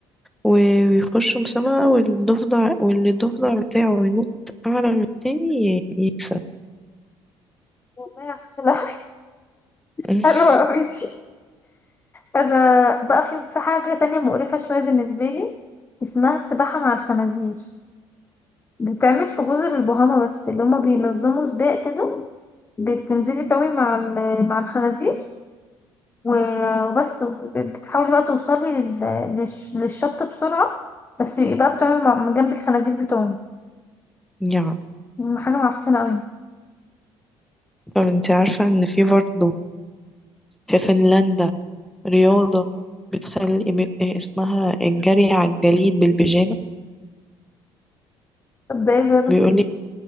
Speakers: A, in the centre; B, on the left (about 20°).
A: و- ويخشوا مسابقة والضفدع واللي الضفدع بتاعه ينط اعلى من التاني ي- يكسب
B: والله عسولة <laughs>
A: <laughs>
B: حلوة أوي دي أنا بقى في في حاجة تانية مقرفة شوية بالنسبة لي اسمها السباحة مع الخنازير بتتعمل في جزر البهاما بس اللي هما بينظموا سباق كده بتنزلي تعومي مع ال- مع الخنازير و- وبس وب- بتحاولي بقى توصلي لل- للش- للشط بسرعة بس يبقى بقى بتقعي مع- جنب الخنازير بتوعهم
A: يا
B: حاجة معفنة أوي
A: طب انت عارفة ان في برضه في فنلندا رياضة بتخلي بي- اه اسمها الجري على الجليد بالبيجامة
B: طب ده ايه الرياضة
A: بيقولك
B: في كده